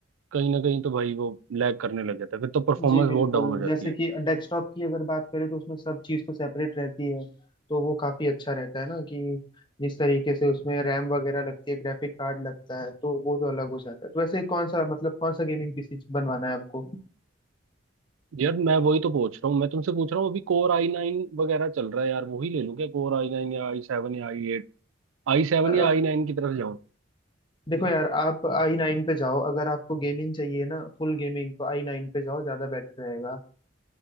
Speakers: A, on the right; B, on the left.
A: कहीं ना कहीं तो भाई वो लैग करने लग जाता है फिर तो परफॉर्मेंस
B: जी बिल्कुल
A: बहुत डाउन हो जाती
B: जैसे
A: है
B: कि डेस्कटॉप की अगर बात करें तो उसमें सब चीज़ तो सेपरेट रहती है तो वो काफ़ी अच्छा रहता है ना कि जिस तरीके से उसमें रैम वगैरह लगती है ग्राफिक कार्ड लगता है तो वो तो अलग हो जाता है तो वैसे कौन सा मतलब कौन सा गेमिंग पीसी बनवाना है आपको
A: यार मैं वही तो पूछ रहा हूँ मैं तुमसे पूछ रहा हूँ अभी कोर आई नाइन वगैरह चल रहा है यार वही ले लूँ क्या कोर आई नाइन या आई सेवन या आई एट आई सेवन
B: अ,
A: या आई नाइन की तरफ जाऊँ
B: देखो यार आप आई नाइन पे जाओ अगर आपको गेमिंग चाहिए ना फुल गेमिंग तो आई नाइन पे जाओ ज़्यादा बेटर रहेगा